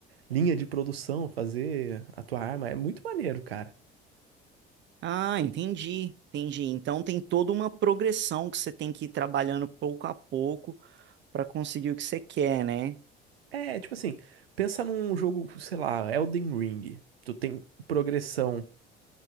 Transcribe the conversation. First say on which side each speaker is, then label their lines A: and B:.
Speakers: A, on the right (about 75°); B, on the right (about 40°).
A: linha de produção fazer a tua arma. É muito maneiro, cara.
B: Ah, entendi, entendi. Então tem toda uma progressão que você tem que ir trabalhando pouco a pouco para conseguir o que você quer, né?
A: É, tipo assim, pensa num jogo, sei lá, Elden Ring. Tu tem progressão